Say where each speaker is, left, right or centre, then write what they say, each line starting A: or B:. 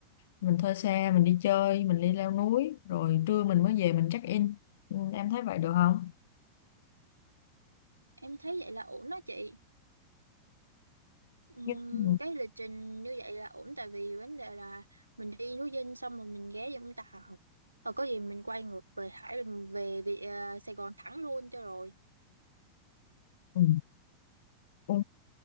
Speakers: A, on the left; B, on the right.
A: mình thuê xe mình đi chơi mình đi leo núi rồi trưa mình mới về mình check in Ừ, em thấy vậy được không
B: em thấy vậy là ổn đó chị Ừm,
A: Nhưng- ừ,
B: cái lịch trình như vậy là ổn tại vì vấn đề là mình đi núi Dinh xong rồi mình ghé Vũng Tàu và có gì mình quay ngược về Hải mình về, về à, Sài Gòn thẳng luôn cho rồi
A: ừ, ừ.